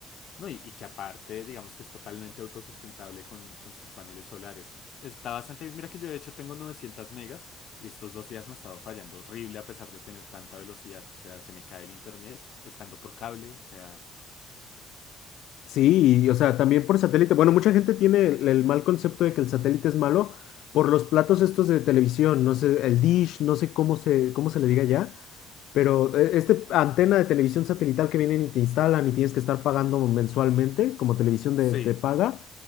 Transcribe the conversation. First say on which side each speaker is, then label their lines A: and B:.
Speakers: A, on the left; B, on the left.
A: No, y, y que aparte, digamos que es totalmente autosustentable con, con sus paneles solares. Está bastante bien. Mira que yo de hecho tengo 900 megas y estos dos días me ha estado fallando horrible a pesar de tener tanta velocidad. O sea, se me cae el internet estando por cable. O sea,
B: Sí, y, o sea, también por satélite. Bueno, mucha gente tiene el, el mal concepto de que el satélite es malo por los platos estos de televisión, no sé, el dish, no sé cómo se, cómo se le diga ya Pero eh, este antena de televisión satelital que vienen y te instalan y tienes que estar pagando mensualmente como televisión
A: sí,
B: de, de paga,